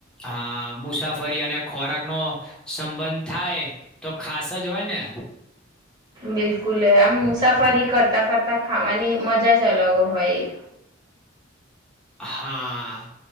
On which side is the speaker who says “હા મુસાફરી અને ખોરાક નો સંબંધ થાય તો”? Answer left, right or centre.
Centre